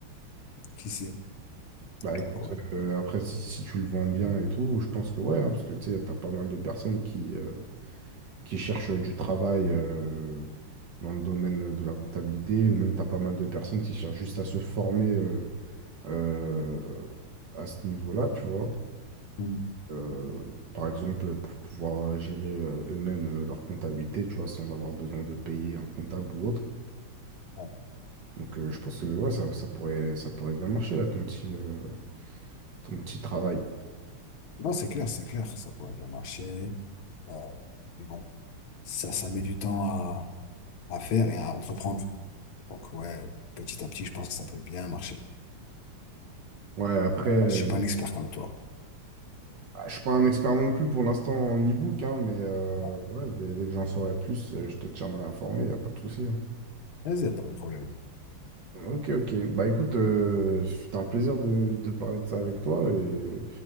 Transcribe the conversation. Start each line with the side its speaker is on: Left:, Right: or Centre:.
Left: Qui sait?
Right: Bah écoute,
Left: Donc ouais.
Right: euh, après si, si tu le vends bien et tout, je pense que ouais, hein, parce que tu sais, t'as pas mal de personnes qui, euh, qui cherchent du travail euh, dans le domaine de la comptabilité, ou même t'as pas mal de personnes qui cherchent juste à se former euh, euh, à ce niveau-là, tu vois.
Left: Mm.
Right: Euh, par exemple, pour pouvoir euh, gérer euh, eux-mêmes euh, leur comptabilité, tu vois, sans avoir besoin de payer un comptable ou autre.
Left: Ouais.
Right: Donc euh, je pense que ouais, ça, ça pourrait, ça pourrait bien marcher là, ton petit, euh, Ton petit travail.
Left: Non, c'est clair, c'est clair, ça pourrait bien marcher. Euh, mais bon, ça ça met du temps à, à faire et à entreprendre. Donc ouais, petit à petit, je pense que ça peut bien marcher.
Right: Ouais, après,
Left: Euh,
Right: euh,
Left: je suis pas un expert comme toi.
Right: bah, je suis pas un expert non plus pour l'instant en e-book, hein, mais euh,
Left: Ouais.
Right: ouais, dès, dès que j'en saurai plus, euh, je te tiendrai informé, y a pas de souci. hein.
Left: Vas-y, y a pas de problème.
Right: Ok, ok. Bah écoute, euh, c'était un plaisir de, de parler de ça avec toi, et